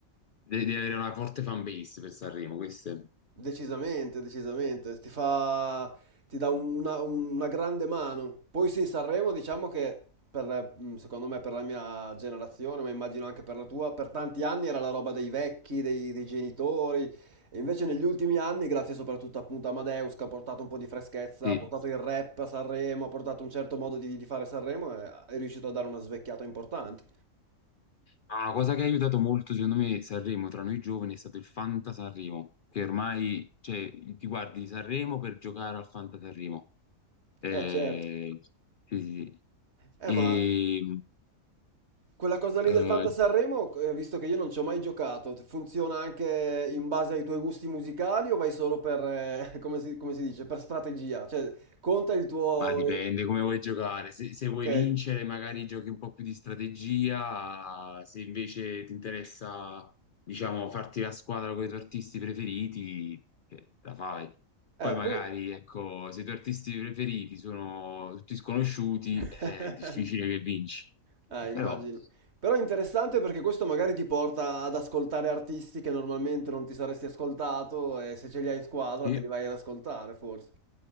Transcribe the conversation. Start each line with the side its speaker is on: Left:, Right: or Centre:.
Left: devi devi avere una forte fan base per Sanremo, questo è...
Right: Decisamente, decisamente, ti fa, ti dà una, una grande mano. Poi sì, Sanremo diciamo che per, mh, secondo me per la mia generazione, ma immagino anche per la tua, per tanti anni era la roba dei vecchi, dei, dei genitori. E invece negli ultimi anni, grazie soprattutto appunto a Amadeus, che ha portato un po' di freschezza,
Left: Sì.
Right: ha portato il rap a Sanremo, ha portato un certo modo di, di fare Sanremo, e è riuscito a dare una svecchiata importante.
Left: Ma Una cosa che ha aiutato molto, secondo me, Sanremo tra noi giovani è stato il Fanta Sanremo, che ormai, cioè, ti guardi Sanremo per giocare al Fanta Sanremo. Eh,
Right: Eh certo.
Left: sì, sì.
Right: Eh
Left: sì.
Right: ma... Quella cosa lì
Left: E,
Right: del
Left: eh,
Right: Fanta Sanremo, eh, visto che io non ci ho mai giocato, funziona anche in base ai tuoi gusti musicali o vai solo per, eh, <laughs> come si, come si dice, per strategia? Cioè, conta il tuo...
Left: Ma dipende
Right: il-
Left: come vuoi giocare. Se, se vuoi
Right: Ok. Eh,
Left: vincere, magari giochi un po' più di strategia. Se invece ti interessa, diciamo, farti la squadra con i tuoi artisti preferiti, eh, la fai. Poi magari,
Right: poi...
Left: ecco, se i tuoi artisti preferiti sono tutti sconosciuti,
Right: <laughs>
Left: è difficile che vinci.
Right: Eh, immagino.
Left: Però,
Right: Però è interessante perché questo magari ti porta ad ascoltare artisti che normalmente non ti saresti ascoltato e se ce li hai in squadra
Left: sì.
Right: te li vai ad ascoltare, forse.